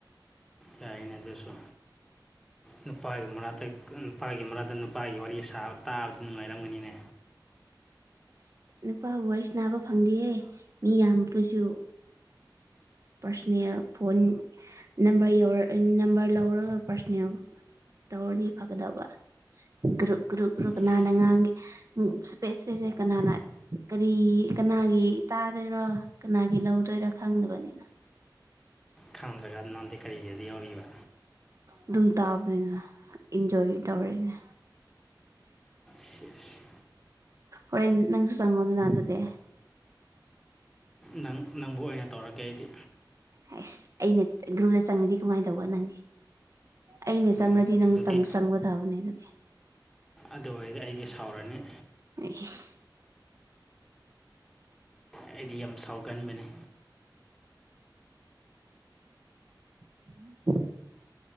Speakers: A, in the centre; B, on the right.
A: ꯌꯥꯏꯅ ꯑꯗꯨꯁꯨ ꯅꯨꯄꯥꯒꯤ ꯃꯅꯥꯛꯇ ꯀꯟ ꯅꯨꯄꯥꯒꯤ ꯃꯔꯛꯗ ꯅꯨꯄꯥꯒꯤ ꯋꯥꯔꯤ ꯁꯥꯕ ꯇꯥꯕꯗꯤ ꯅꯨꯡꯉꯥꯏꯔꯝꯒꯅꯤꯅꯦ꯫
B: ꯏꯁ ꯅꯨꯄꯥꯒ ꯋꯥꯔꯤ ꯁꯥꯟꯅꯥꯕ ꯐꯪꯗꯦꯍꯦ ꯃꯤ ꯌꯥꯝꯕꯁꯨ ꯄꯥꯔꯁꯣꯅꯦꯜ ꯐꯣꯟ ꯅꯝꯕꯔ ꯌꯧꯔ ꯅꯝꯕꯔ ꯂꯧꯔꯒ ꯄꯥꯔꯁꯣꯅꯦꯜ ꯇꯧꯔꯗꯤ ꯐꯒꯗꯕ ꯒ꯭ꯔꯨꯞ ꯒ꯭ꯔꯨꯞ ꯒ꯭ꯔꯨꯞ ꯀꯅꯥꯅ
A: ꯏꯁ
B: ꯉꯥꯡꯒꯦ ꯎꯝ ꯏꯁꯄꯦꯁ ꯏꯁꯄꯦꯁꯁꯦ ꯀꯅꯥꯅ ꯀꯔꯤ ꯀꯅꯥꯒꯤ ꯇꯥꯗꯣꯏꯔꯣ ꯀꯅꯥꯒꯤ ꯂꯧꯗꯣꯏꯔꯣ ꯈꯪꯗꯕꯅꯤꯅ꯫
A: ꯈꯪꯗ꯭ꯔꯥꯒ ꯅꯪꯗꯤ ꯀꯔꯤꯒꯤ ꯌꯥꯎꯔꯤꯕ꯫
B: ꯑꯗꯨꯝ ꯇꯥꯕꯅꯤꯅ ꯏꯟꯖꯣꯏ ꯇꯧꯔꯤꯅꯦ꯫
A: ꯁꯤꯁ
B: ꯍꯣꯔꯦꯟ ꯅꯪꯁꯨ ꯆꯪꯉꯣꯗꯅ ꯑꯗꯨꯗꯤ꯫
A: ꯅꯪ ꯅꯪꯕꯨ ꯑꯣꯏꯅ ꯇꯧꯔꯒꯦ ꯑꯩꯗꯤ
B: ꯍꯩꯁ ꯑꯩꯅ ꯒ꯭ꯔꯨꯞꯗ ꯆꯪꯉꯗꯤ ꯀꯃꯥꯏ ꯇꯧꯕ ꯅꯪꯗꯤ ꯑꯩꯅ
A: ꯎꯝ
B: ꯆꯪꯔ ꯗꯤ ꯅꯪ
A: ꯑꯗꯨꯗꯤ
B: ꯇꯪ ꯆꯪꯕ ꯇꯥꯕꯅꯦ ꯑꯗꯨꯗꯤ
A: ꯑꯗꯨ ꯑꯣꯏꯔꯗꯤ ꯑꯩꯗꯤ ꯁꯥꯎꯔꯅꯤ
B: ꯑꯩꯁ
A: ꯑꯩꯗꯤ ꯌꯥꯝ ꯁꯥꯎꯒꯟꯕꯅꯦ
B: <unintelligible>